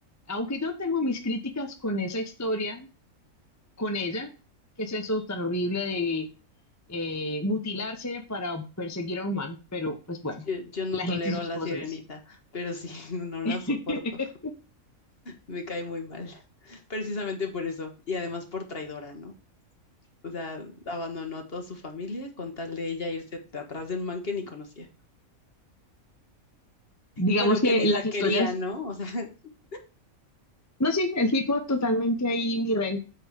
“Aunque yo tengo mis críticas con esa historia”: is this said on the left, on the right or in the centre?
Left